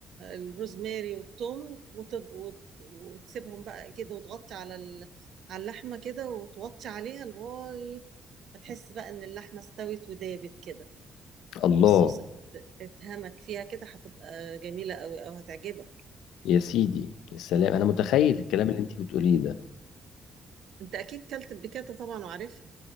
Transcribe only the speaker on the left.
الله
يا سيدي يا سلام انا متخيل الكلام اللي انتي بتقوليه ده